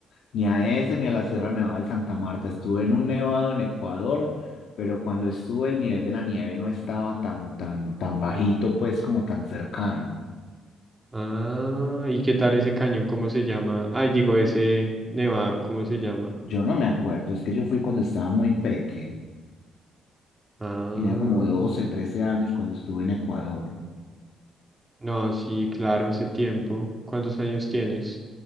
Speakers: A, on the left (about 70°); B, on the right (about 15°).
A: Ni a ese ni a la Sierra Nevada de Santa Marta. Estuve en un nevado en Ecuador, pero cuando estuve el nivel de la nieve no estaba tan, tan, tan bajito, pues como tan cercano.
B: Ah, ¿y qué tal ese cañón? ¿Cómo se llama? Ay, digo, ese nevado, ¿cómo se llama?
A: Yo no me acuerdo, es que yo fui cuando estaba muy peque.
B: Ah.
A: Tenía como doce, trece años cuando estuve en Ecuador.
B: No, sí, claro, hace tiempo. ¿Cuántos años tienes?